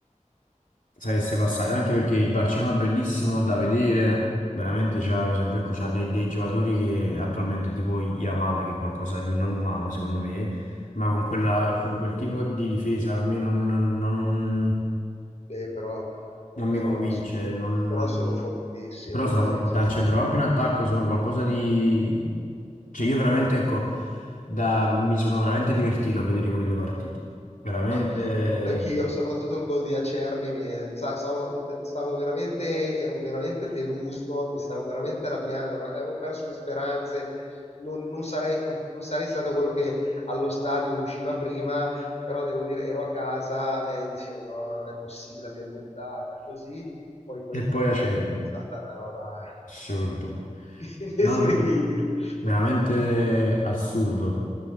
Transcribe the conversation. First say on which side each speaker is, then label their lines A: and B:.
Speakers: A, on the left (about 85°); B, on the left (about 55°).
A: sareste passati, anche perché il Barcellona è bellissimo da vedere, veramente c'ha, per esempio, ecco, c'ha dei, dei giocatori che attualmente tipo Yamal, che è qualcosa di non umano secondo me, ma con quella, con quel tipo di difesa a me non, non- non-
B: Eh, però,
A: non
B: però
A: mi convince,
B: sono for-
A: non,
B: però
A: non-
B: sono fortissimi,
A: però sono-
B: dai.
A: dal centrocampo in attacco sono qualcosa di... cioè io veramente, ecco, da- mi sono veramente divertito a vedere quelle due partite, veramente...
B: Anch'io, anch'io, soprattutto il gol di Acerbi, mi- sta- stavo, stavo veramente, ero veramente deluso, mi stavo veramente arrabbiando, ero- avevo perso le speranze, non, non sarei, non- non sarei stato quello che allo stadio usciva prima, però devo dire, ero a casa e dicevo no, non è possibile, l'abbiamo buttata così, poi quel
A: E
B: gol
A: poi Acerbi.
B: è stata una roba
A: Assurdo.
B: in- in- in- indescrivibile.
A: Non- veramente assurdo.